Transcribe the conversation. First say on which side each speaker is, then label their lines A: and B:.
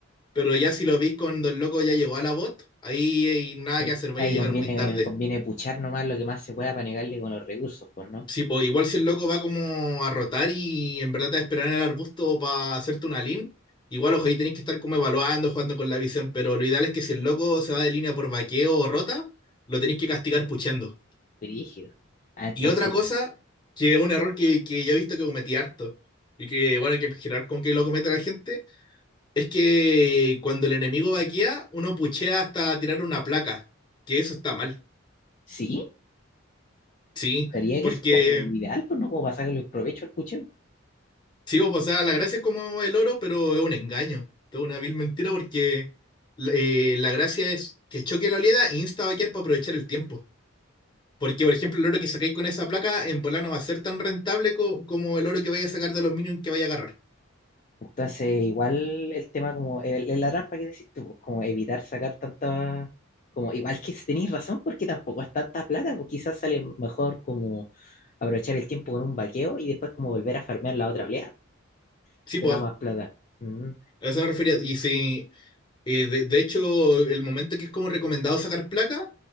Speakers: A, on the left (about 20°); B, on the left (about 40°).
A: pero ya si lo veis cuando el loco ya llegó a la bot, ahí hay nada
B: Ahí,
A: que hacer, vaya
B: ahí
A: a llegar
B: conviene,
A: muy tarde.
B: conviene puchar nomás lo que más se pueda para negarle con los recursos, pues, ¿no?
A: Sí, po, igual si el loco va como a rotar y en verdad te va a esperar en el arbusto para hacerte una lean, igual ojo, ahí tenéis que estar como evaluando, jugando con la visión, pero lo ideal es que si el loco se va de línea por vaqueo o rota, lo tenéis que castigar puchando.
B: Brígido. Ah, entonces,
A: Y otra cosa, que es un error que, que yo he visto que cometí harto, y que bueno, hay que girar con que lo comete la gente, es que cuando el enemigo vaquea, uno puchea hasta tirar una placa, que eso está mal,
B: sí,
A: sí,
B: sería que
A: porque
B: eso es como lo ideal, pues, ¿no? Como para sacarle el provecho al pucheo.
A: sí, pues, o sea, la gracia es como el oro, pero es un engaño, es una vil mentira porque eh, la gracia es que choque la oleada e insta a vaquear para aprovechar el tiempo. Porque, por ejemplo, el oro que sacáis con esa placa en volano va a ser tan rentable co- como el oro que vaya a sacar de los minions que vaya a agarrar.
B: Entonces, igual el tema como, el- el- la trampa que decís tú, pues, como evitar sacar tanta, como igual que si tenéis razón, porque tampoco es tanta plata, pues quizás sale mejor como aprovechar el tiempo con un vaqueo y después como volver a farmear la otra oleada,
A: Sí,
B: te
A: pues,
B: da más plata. Mm.
A: A eso me refería. Y si, eh, de, de hecho, el momento que es como recomendado sacar placa